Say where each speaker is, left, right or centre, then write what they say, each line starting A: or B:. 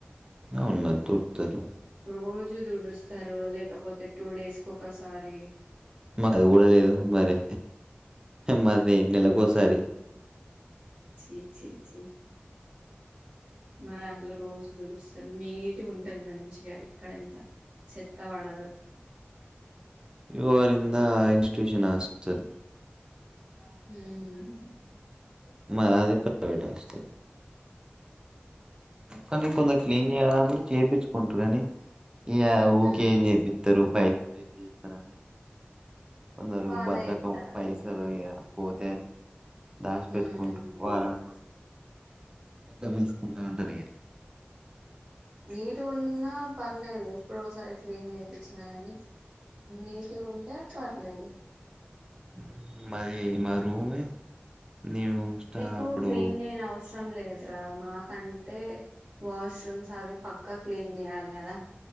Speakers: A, on the right; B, on the right.
A: అవును మరి దడుతారు
B: రోజు తుడుస్తారు లేకపోతే టూ డేస్ కి ఒక్కసారి
A: మాక్ అది కూడా లేదు మరి మరి నెలకోసారి
B: చి చి చి మా దాంట్లో రోజు దుడుస్తారు నీట్గా ఉంటది మంచిగా ఇక్కడ ఎంత చెత్త వాడదు
A: ఇ అరింద ఇన్స్టిట్యూషన్ హాస్టల్
B: అ
A: మ అది ప్రైవేట్ హస్టల్ కానీ కొంత క్లీన్ చేయాల కూడా చేయించుకుంటారు కాగానీ ఇ ఓకే
B: ఆ
A: అని చేపిస్తారు ప చ వేసి ఇస్తారన కొందరు
B: వాళ్ళే
A: బద్దకం
B: చెప్తారా
A: పైసలు పోతే దాసి పెట్టుకుంటారు
B: ఉమ్
A: వారని కోసం గడ్డ తీసుకుంటా ఉంటారు మీ
B: నీట్ గున్నా పర్లేదు ఎప్పుడో ఓసారి క్లీన్ చేపిచ్చినా కాని నీట్ గుంటే పర్లేదు
A: మ్మ్ మది మా రూమే నేను స్టా
B: మీకు
A: అప్పుడు
B: క్లీన్ చేయడం వస్ లేదురా మాకంటే వాష్రూమ్స్ అవి పక్కా క్లీన్ చేయాలి కదా